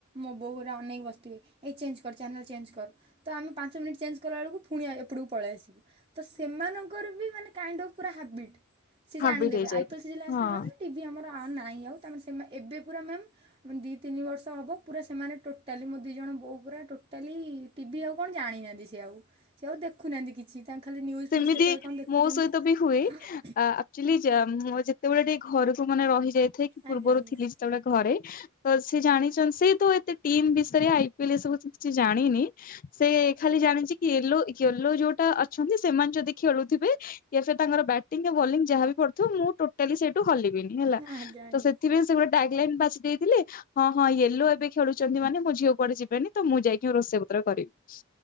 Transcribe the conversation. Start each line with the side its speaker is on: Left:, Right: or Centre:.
Right: ମୋ ବୋଉହରା ଅନେଇକି ବସତିବେ। ଏଇ ଚେଞ୍ଜ କର ଚ୍ୟାନେଲ ଚେଞ୍ଜ କର ତ ଆମେ ପାଞ୍ଚ ମିନିଟ୍ ଚେଞ୍ଜ କଲା ଏଲୁକୁ ଫୁଣି ଆ ଏପଟକୁ ପଳେଇ ଆସିବୁ। ତ ସେମାନଙ୍କର ବି ମାନେ କାଇଣ୍ଡ୍ ଅଫ୍ ପୁରା ହବିଟ୍ ସିଏ
Left: ହାବିଟ
Right: ଜାଣିଦେବେ
Left: ହେଇଯାଏ
Right: ଆଇ ପି ଏଲ ସିଜିଲ୍ ଆସି
Left: ହଁ
Right: <unintelligible> ଟିଭ୍ ଭି ଆମର ଆ ନାଇ ଆଉ ତା ମାନେ ସେମା ଏବେ ପୁରା ମ୍ୟାମ୍ ମାନେ ଦି, ତିନି ବର୍ଷ ହବ ପୁରା ସେମାନେ ଟୋଟାଲି ମୋ ଦି ଜଣ ବୋଉ ପୁରା ଟୋଟାଲି ଟିଭି ଆଉ କଣ ଜାଣିନାଆନ୍ତି ସେ ଆଉ ସେ ଆଉ ଦେଖୁନାଆନ୍ତି କିଛି ତାଙ୍କ୍ ଖାଲି ନ୍ୟୁଜ୍
Left: ଏମିତି
Right: ଫ୍ୟୁଜ୍ କେତେବେଳେ କ'ଣ ଦେଖୁଛନ୍ତି
Left: ମୋ ସହିତ ବି ହୁଏ। ଆ ଆ ଆକ୍ଚୋଲି ଯା ମୁଁ ଯେତେବେଳେ ଟିକେ ଘରକୁ ମାନେ ରହି ଯାଇଥାଏ କି ପୂର୍ବରୁ
Right: ଆଜ୍ଞା ଆଜ୍ଞା।
Left: ଥିଲି ଯେତେବେଳେ ଘରେ ତ ସେ ଜାଣିଚନ୍ ସେ ତ ଏତେ ଟିମ୍ ବିଷୟରେ ଆଇ ପି ଏଲ ଏ ସବୁ <unintelligible> ଜାଣିନି। ସେ ଖାଲି ଜାଣିଚି କି ୟେଲୋ ୟେଲୋ ଯୋଉଟା ଅଛନ୍ତି। ସେମାନେ ଯଦି ଖେଳୁଥିବେ ତାଙ୍କର ବ୍ୟାଟିଂ ବୋଲିଂ ଯାହାବ ଥିବ ମୁଁ ଟୋଟାଲି ସେଇଠୁ ହଲିବିନି ହେଲା
Right: ଆଜ୍ଞା ଆଜ୍ଞା। ଆଜ୍ଞା ଆଜ୍ଞା।
Left: ତ ସେଥିପାଇଁ ସେ ଗୋଟେ ଟ୍ରାକ୍ ଲାଇନ୍ ବାଛି ଦେଇଥିଲେ ହଁ ହଁ ୟେଲୋ ଏବେ ଖେଳୁଛନ୍ତି ମାନେ ମୋ ଝିଅ କୁଡେ ଯିବନି। ତ ମୁଁ ଯାଇକିଁ ରୋଷେଇ ପତ୍ର କରିବି